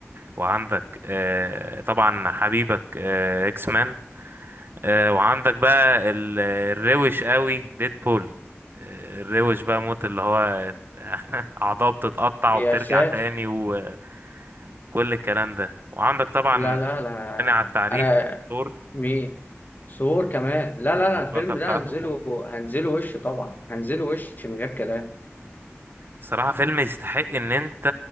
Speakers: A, on the right; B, on the left.
A: وعندك آه، طبعا حبيبك آه، اكس مان آه، وعندك بقى ال- الروش قوي ديدبول آه، الروش بقى موت اللي هو <laughs> أعضاء بتتقطع
B: يا
A: وبترجع
B: ساتر
A: تاني وكل الكلام ده وعندك طبعا
B: لا لا لا
A: غني على التعريف
B: انا
A: دور
B: مين ثور كمان لا لا
A: المطرقة
B: لا الفيلم
A: بتاعته
B: ده هنزله هنزله وش طبعا هنزله وش من غير كلام
A: صراحة فيلم يستحق ان انت